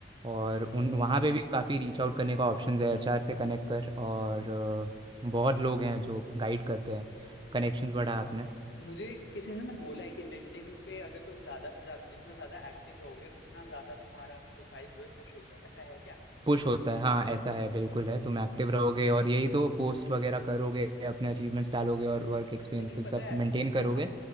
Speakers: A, on the right (about 25°); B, on the left (about 70°).
A: और
B: हम्म।
A: उन वहाँ पे भी काफ़ी रीच आउट करने का ऑप्शन है एचआर से कनेक्ट कर और अ, बहुत लोग हैं जो गाइड करते हैं कनेक्शंस बढ़ा अपने
B: मुझे किसी ने ना बोला है कि लिंक्डइन पे अगर तुम ज्यादा से ज्यादा जितना ज्यादा एक्टिव रहोगे उतना ज्यादा तुम्हारा प्रोफाइल जो है पुश होता है ऐसा है क्या
A: पुश होता है हाँ ऐसा है बिल्कुल है तुम एक्टिव रहोगे और यही तो पोस्ट वगैरह करोगे अपने अचीवमेंट्स डालोगे और वर्क एक्सपीरियंसेस
B: लेकिन पता
A: सब
B: है
A: मेंटेन
B: मुझे
A: करोगे
B: ना